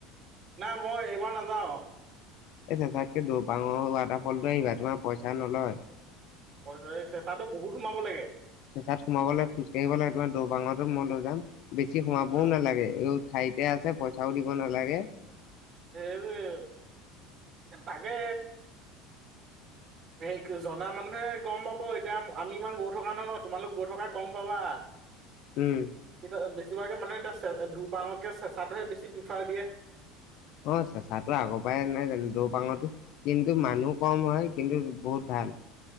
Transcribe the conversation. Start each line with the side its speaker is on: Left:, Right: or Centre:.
Right: না, মই এইবাৰ নাযাওঁ।
Left: এই চেচাতকে দৌপাঙৰ ৱাটাৰফলটো আহিবা। তোমাৰ পইচা নলয়।
Right: পইচা- চেচাটো বহুত সোমাব লাগে।
Left: চেঁচাত সোমাবলৈ খোজ কাঢ়িব লাগে। তোমাৰ দৌপাঙতো মই লৈ যাম । বেছি সোমাবও
Right: অ
Left: নালাগে। ঠাইতে আছে, পইচাও দিব নালাগে।
Right: এই আৰু এ- এই তাকে সেই ক- জনা মানুহে গম পাব । এতিয়া আমি ইমান গৈ থকা নহয় ন'? তোমালোক গৈ থকা, গম পাবা।
Left: উম
Right: এতিয়া বেছিভাগে মানে আছে। দুপাঙতকে চেচাটোহে বেছি প্ৰিফাৰ দিয়ে।
Left: অহ, চেচাটো আগৰ পৰাই নাই জানো দৌ পাঙৰো কিন্তু মানুহ কম হয় কিন্তু বহুত ভাল ভাল